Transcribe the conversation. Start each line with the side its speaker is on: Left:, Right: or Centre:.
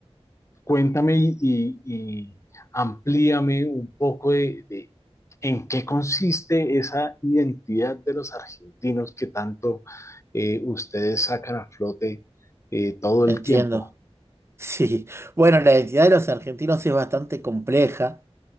Left: cuéntame y, y- y amplíame un poco de, de en qué consiste esa identidad de los argentinos que tanto eh, ustedes sacan a flote eh, todo
Right: entiendo.
Left: el tiempo.
Right: <laughs> Sí, bueno, la identidad de los argentinos es bastante compleja,